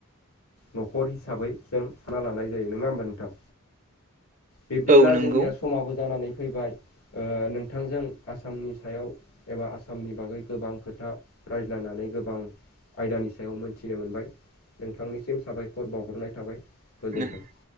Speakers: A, on the left; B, on the right.
A: न'खर हिसाबै जों थाना लानाय जायो नङा होमबा नोंथां? बिब्दिब्ला
B: औ नंगौ
A: जोंनिया स समाबो जानानै फैबाय। ओ नोंथांजों आसामनि सायाव एबा आसा आसामनि बागै गोबां खोथा रायज्लायनानै गोबां आयदानि सायाव मोनथिनो मोनबाय। नोंथांनिसिम साबायखर बावहरनाय थाबाय। गोजोन्थों
B: <unintelligible>